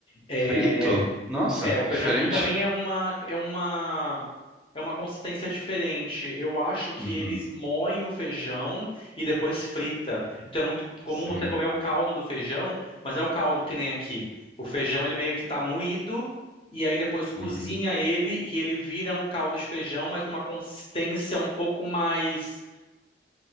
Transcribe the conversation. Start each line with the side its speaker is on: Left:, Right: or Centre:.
Left: É,
Centre: Frito? Nossa,
Left: é, o
Centre: que
Left: feijão,
Centre: diferente.
Left: e também é uma, é uma é uma consistência diferente. Eu acho que
Centre: Uhum.
Left: eles moem o feijão e depois frita. Então é muito comum
Centre: Sim.
Left: você comer o caldo do feijão, mas não é o caldo que nem aqui. O feijão ele meio que tá moído e aí depois cozinha
Centre: Uhum.
Left: ele e ele vira um caldo de feijão, mas numa consistência um pouco mais